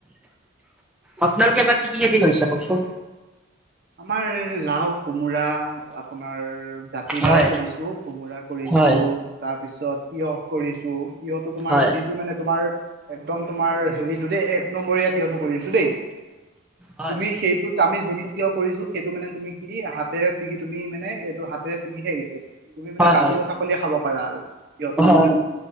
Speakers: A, in the centre; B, on the right.
A: আপোনালোকে বা কি কি য়েদি কৰিছে কওকচোন
B: আমাৰ লাও কোমোৰা আপোনাৰ জাত তিলাও
A: হয়
B: কৰিছোঁ কোমোৰা কৰিছোঁ
A: হয়
B: তাৰপিছত তিঁয়হ কৰিছোঁ তিঁয়হটো তোমাৰ
A: হয়
B: যিটো মানে তোমাৰ একদম তোমাৰ হেৰিটো দেই এক নম্বৰীয়া তিঁয়হটো কৰিছো দেই
A: হয়
B: তুমি সেইটোত আমি জোনটো কিয় কৰিছো সেইটো মানে তুমি কি হাতেৰে ছিগি তুমি মানে এইটো হাতেৰে ছিগিহে আহিছে তুমি মানে
A: হয়
B: বাকলিয়ে
A: হয়
B: চাকলিয়ে খাব পাৰা আৰু তিয়হটো
A: হয়